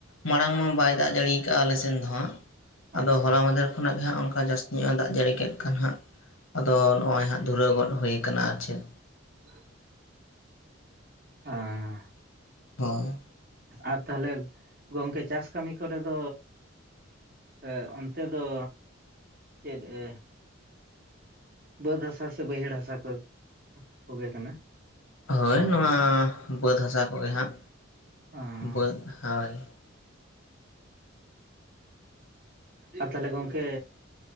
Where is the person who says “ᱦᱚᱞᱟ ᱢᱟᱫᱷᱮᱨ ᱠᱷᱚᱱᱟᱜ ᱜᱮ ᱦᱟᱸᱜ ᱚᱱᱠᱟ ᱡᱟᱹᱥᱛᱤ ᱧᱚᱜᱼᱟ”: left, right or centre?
Left